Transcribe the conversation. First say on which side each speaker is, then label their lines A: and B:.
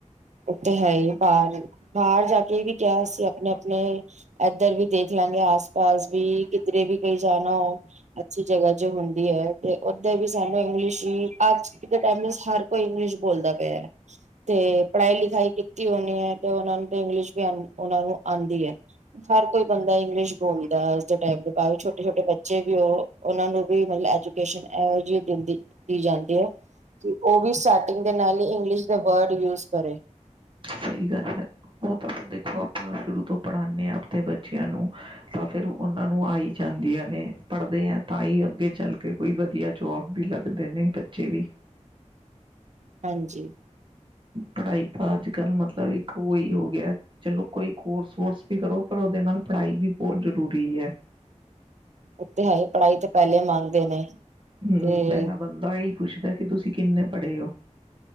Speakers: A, on the right (about 70°); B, on the right (about 40°).
A: ਔ ਤੇ ਹੈ ਹੀ, ਬਾਹਰ ਬਾਹਰ ਜਾ ਕੇ ਵੀ ਕਿਹ ਸਕਣੇ ਆ ਆਪਣੇ ਇੱਧਰ ਵੀ ਦੇਖ ਲਾਂ ਗੇ ਆਸ ਪਾਸ ਵੀ ਕਿਧਰੇ ਵੀ ਵੀ ਜਾਣਾ ਹੋ ਅੱਛੀ, ਜਗ੍ਹਾ ਜੋ ਹੁੰਦੀ ਹੈ ਤੇ ਉੱਧਰ ਵੀ ਸਾਨੂੰ ਇੰਗਲਿਸ਼ ਹੀ ਅੱਜ ਦੇ ਟਾਈਮ ਵਿੱਚ ਹਰ <unintelligible> ਕੋਈ ਇੰਗਲਿਸ਼ ਬੋਲਦਾ ਪਿਆ ਹੈ ਤੇ ਪੜ੍ਹਾਈ ਲਿਖਾਈ ਕੀਤੀ ਹੋਣੀ ਹੈ। ਤੇ ਉਹਨਾ ਨੂੰ ਤੇ ਇੰਗਲਿਸ਼ ਵੀ ਆ ਉਹਨਾਂ ਨੂੰ ਆਉਂਦੀ ਹੈ। ਹਰ ਕੋਈ ਬੰਦਾ ਇੰਗਲਿਸ਼ ਬੋਲਦਾ ਹੈ, ਅੱਜ ਦੇ ਟਾਈਮ ਦੇ ਭਵੇ ਛੋਟੇ ਛੋਟੇ ਬੱਚੇ ਵੀ ਉਹ ਉਹਨਾਂ ਨੂੰ ਵੀ ਮਤਲਬ ਏਜੁਕੇਸ਼ਨ ਏਹੋ ਜੀ ਦਿਤੀ ਜਾਂਦੀ ਐ ਔ ਵੀ ਸੈਟਿੰਗ ਦੇ ਨਾਲ ਇੰਗਲਿਸ਼ ਦੇ ਵਰਡ ਕਰੇ
B: ਸਹੀ ਗੱਲ ਹੈ ਔ ਤੁਸੀ ਦੇਖੋ ਆਪਾਂ ਸ਼ੁਰੂ ਤੋਂ ਪੜ੍ਹਾਦੇ ਹਾਂ ਆਪਣੇ ਬੱਚਿਆਂ ਨੂੰ ਤਾਂ ਫਿਰ ਉਹਨਾਂ ਨੂੰ ਆਈ ਜਾਂਦੀਆਂ ਨੇ ਪੜ੍ਹਦੇ ਹੈ ਤਾਂ ਹੀ ਅੱਗੇ ਚੱਲ ਕੇ ਕੋਈ ਵਧੀਆ ਜੋਬ ਵੀ ਲੱਗਦੇ ਨੇ ਬੱਚੇ ਵੀ
A: ਹਾਂਜੀ
B: ਪੜ੍ਹਾਈ ਤਾਂ ਅੱਜ ਕੱਲ੍ਹ ਮਤਲਬ ਇੱਕ ਉਹਹੀ ਹੋ ਗਿਆ ਚਲੋ ਕੋਈ ਕੋਰਸ ਵੋਰਸ ਵੀ ਕਰੋ ਪਰ ਉਹਦੇ ਨਾਲ ਪੜ੍ਹਾਈ ਵੀ ਬਹੁਤ ਜ਼ਰੂਰੀ ਹੈ
A: ਉੱਥੇ ਹੈ ਹੀ ਪੜ੍ਹਾਈ ਤੇ ਪਹਿਲੇ
B: <unintelligible>
A: ਮੰਗਦੇ ਨੇ
B: ਪਹਿਲਾ
A: ਤੇ
B: ਬੰਦਾ ਏਹੀ ਪੁਛਦਾ ਹੈ ਤੁਸੀਂ ਕਿੰਨੇ ਪੜੇ ਹੋ